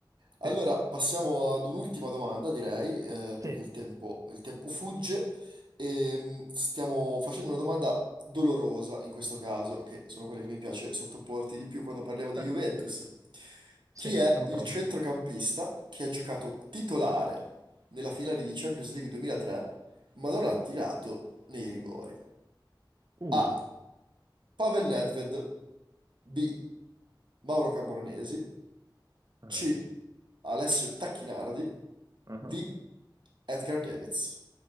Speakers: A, on the right; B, on the right.
A: Allora,
B: Sì,
A: passiamo ad un'ultima domanda, direi, eh,
B: sì,
A: perché il tempo, il tempo fugge. E, mh, stiamo facendo una domanda dolorosa in questo caso, che sono quelle che mi piace sottoporti di più quando parliamo di
B: <laughs>
A: Juventus.
B: sì,
A: Chi è
B: sono pronto.
A: il centrocampista che ha giocato titolare nella finale di Champions League 2003, ma
B: Sì.
A: non ha tirato nei rigori?
B: Uh.
A: A. Pavel Nedved. B. Mauro Camoranesi,
B: Ah,
A: C. Alessio Tacchinardi,
B: ah.
A: D. Edgar Davids.